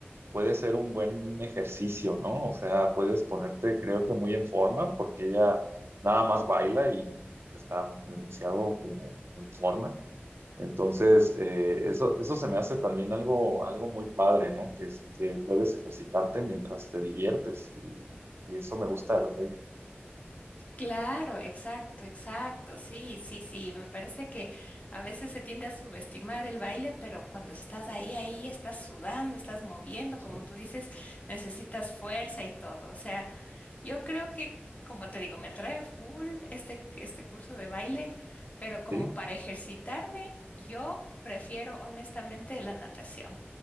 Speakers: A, on the right (about 75°); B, on the left (about 40°).
A: puede ser un buen ejercicio, ¿no? O sea, puedes ponerte creo que muy en forma porque ella nada más baila y está pronunciado como en forma. Entonces, eh, eso, eso se me hace también algo, algo muy padre, ¿no? Que, es- que puedes ejercitarte mientras te diviertes y, y eso me gusta lo que...
B: Claro, exacto, exacto, sí, sí, sí, me parece que a veces se tiende a subestimar el baile, pero cuando estás ahí, ahí estás sudando, estás moviendo,
A: Ajá,
B: como tú dices, necesitas fuerza y todo, o sea. Yo creo que, como te digo, me atrae full este, este curso de baile, pero como
A: Sí.
B: para ejercitarme, yo prefiero honestamente la natación.